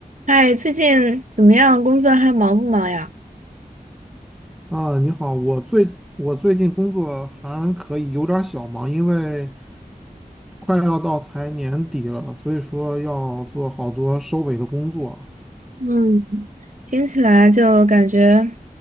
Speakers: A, on the right; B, in the centre.
A: 嗨，最近怎么样？工作还忙不忙呀？
B: 啊，你好，我最我最近工作还可以，有点儿小忙，因为快要到财年底了，所以说要做好多收尾的工作，
A: 嗯，听起来就感觉